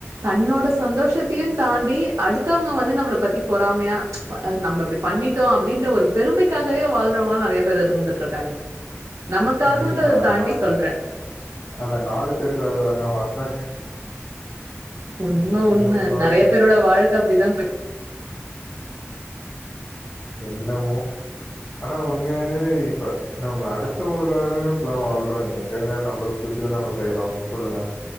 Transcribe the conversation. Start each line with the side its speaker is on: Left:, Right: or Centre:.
Right: தன்னோட சந்தோஷத்தையு தாண்டி அடுத்தவங்க வந்து நம்மள பத்தி பொறாமையா நம்ம இப்டி பண்ணிட்டோ அப்டின்ற ஒரு பெருமைக்காகவே வாழ் இருக்குறவுங்களு நெறய பேர் இருந்துட்டு இருக்காங்க நமக்காகன்றத
Left: ம். அத
Right: தாண்டி
Left: நா
Right: சொல்ற
Left: அந்த நாலு பேருக்காக தாங்க வாழ்ற
Right: உண்ம
Left: சார்பாக
Right: உண்ம நெறய பேரோட வாழ்க்க அப்டிதா போய்
Left: என்னமோ ஆனா உண்மையாவே இப்ப நம்ம அடுத்தவங்களுக்காக தாங்க இப்பல்லா வாழ்றோ எங்கங்க நம்மளுக்கு புடிச்சத நம்ம செய்றோ சொல்லுங்க